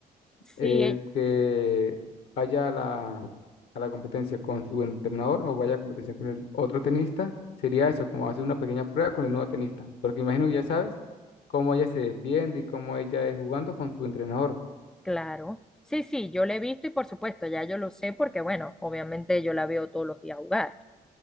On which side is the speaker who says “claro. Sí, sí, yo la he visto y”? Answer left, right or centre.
Centre